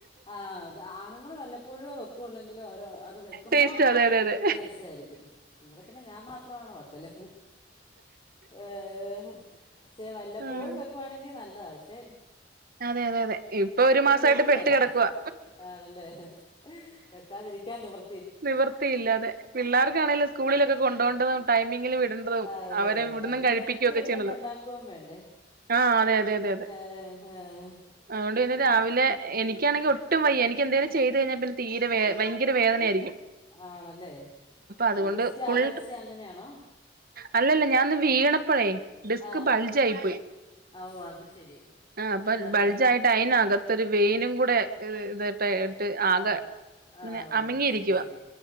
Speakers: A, on the left; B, on the right.
A: ആ അത് ആണുങ്ങൾ വെല്ലപ്പോഴുവെ വെക്കുള്ളെങ്കിലും ഓരോ അത് വെക്കുമ്പോം
B: ടേസ്റ്റ് അതെ അതെ അതെ
A: ടേസ്റ്റായിരിക്കും ഇവിടെ പിന്നെ ഞാൻ മാത്രമാണ് വക്കല് ഏഹ്‌ഹ് ചേ വല്ലപ്പോഴും
B: ഉം
A: വെക്കുവാണെങ്കി നല്ലതാ ക്ഷെ
B: അതെ അതെ അതെ ഇപ്പൊ ഒരു മാസായിട്ട്
A: വെക്കുകേല
B: പെട്ട് കിടക്കുവാ.
A: ആണല്ലേ വെക്കാതിരിക്കാൻ നിവർ
B: നിവർത്തിയില്ലാതെ പിള്ളേർക്കാണേലും സ്കൂളിലൊക്കെ കൊണ്ടോണ്ടതും ടൈമിങ്ങില് വിട തും
A: അതെ
B: അവരെ
A: അതെ
B: ഇവട്ന്നും
A: അത്
B: കഴിപ്പിക്ക്യൊക്കെ
A: നേരത്തെ എഴുന്നേറ്റ്
B: ചെയ്യണല്ലോ
A: ഉണ്ടാക്കുകയും വേണ്ടേ
B: ആഹ് അതെ അതെ അതെ അതെ
A: ഏ ഏ
B: അതുകൊണ്ട് പിന്നെ
A: ഏ.
B: രാവിലെ എനിക്കാണെങ്കി ഒട്ടും വയ്യാ എനിക്ക് എന്തേലും ചെയ്തു കഴിഞ്ഞാൽ പിന്നെ തീരെ വേ ഭയങ്കര വേദനയാ
A: ആണല്ലേ
B: അതുകൊണ്ട്
A: ഡിസ്ക്
B: ഫുൾ
A: അകൽച്ച അങ്ങനെയാണോ.
B: അല്ലല്ല. ഞാ ന്ന് വീണപ്പഴേ ഡിസ്ക്
A: ആ
B: ബൾജ് ആയി പോയി
A: ആ ഓ അത് ശരി
B: ആഹ് അപ്പം
A: ആ
B: ബൾജായിട്ട്
A: ആ
B: അയിനകത്തൊരു വെയിനും കൂടെ ഇതട്ട് ഇട്ട് ആകെ
A: അ
B: ഇങ്ങനെ
A: അഹു
B: അമങ്ങിയിരിക്കുവ
A: ഓഹ് ശരി അത് ശരി.